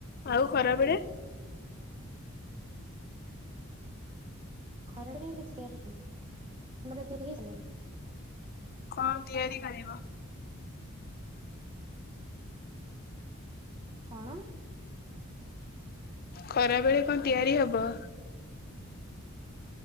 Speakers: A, on the left; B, on the right.
A: ଆଉ ଖରାବେଳେ?
B: ଖରାବେଳେ କିଛି ତିଆରି ହେଇନି ତମର ତିଆରି ହେଇସାରିଲାଣି?
A: କଣ ତିଆରି କରିବ?
B: କଣ?
A: ଖରା ବେଳେ କଣ ତିଆରି ହବ?